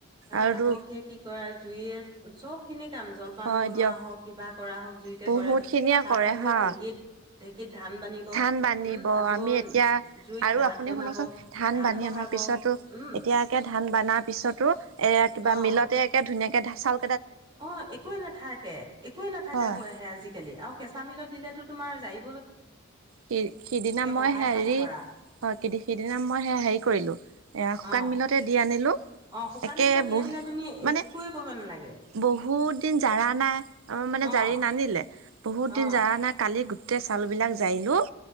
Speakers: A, on the right (about 20°); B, on the right (about 80°).
A: হা
B: আৰু
A: আকৌ সেই কি কৰে জুইয়ে চব খিনি কাম জলপান
B: হয়
A: বনোৱা
B: দিয়ক
A: হওক কিবা কৰা হওক জুইতে
B: বহুত
A: কৰে
B: খিনিয়ে
A: তাৰ
B: কৰে
A: বিে
B: হা
A: ঢেঁকীত ঢেঁকীত ধান বানিব
B: ধান বান্ধিব
A: হম আকৌ
B: আমি এতিয়া
A: জুইত
B: আৰু
A: ভাত
B: আপুনি
A: বনাব
B: শুনকচোন
A: ধান
B: বান্ধি
A: বহাব
B: অনাৰ পিছতো
A: উম
B: এতিয়া একে ধান বনাৰ পিছতো এ কিবা
A: অ
B: মিলতেে ধুনীয়া কেচাল
A: অ একোৱে নাথাকে একোৱয়ে নাথাককা
B: হয়।
A: হৈ আহে আজিকালি আৰু কেঁচা মিলত দিলেতো তোমাৰ যায়
B: সে সিদিনা মই
A: বহাই
B: হেৰি
A: খাব পাৰা
B: হয় সিদিনা মই হেৰি কৰিলো এ শুকান
A: অ
B: মিলতে দি আনিলো
A: অ শুকান
B: একে
A: মিলত দি
B: বহু
A: আনিলে তুমি
B: মানে
A: একোৱে কৰিব নালাগে
B: বহুত দিন জৰাা নাই মানে
A: অ
B: জাৰি নানিলে বহুত
A: অ
B: দিন জৰা নাই কালি গো গোটেই চাউবিলাক যাৰিলোঁ